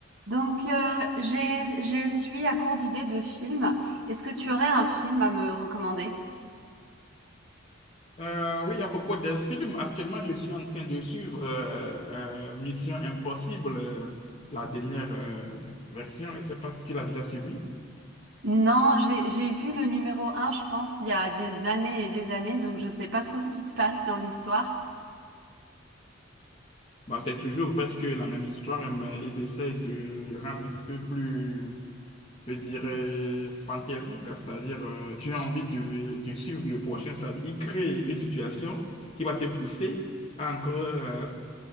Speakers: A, on the right; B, on the left.
A: Donc, euh, j'ai, je suis à court d'idées de films. Est-ce que tu aurais un film à me recommander?
B: Euh, oui, à propos des films, actuellement, je suis en train de suivre euh, euh, Mission Impossible, euh, la dernière euh, version. Je ne sais pas si tu l'as déjà suivi.
A: Non, j'ai, j'ai vu le numéro un, je pense, il y a des années et des années, donc je sais pas trop ce qui se passe dans l'histoire.
B: Bon, c'est toujours presque la même histoire, mais ils essayent de le rendre un peu plus, je dirais, fantaisique. C'est-à-dire, euh, tu as envie de, de suivre le prochain. C'est-à-dire, ils créent une situation qui va te pousser à encore euh,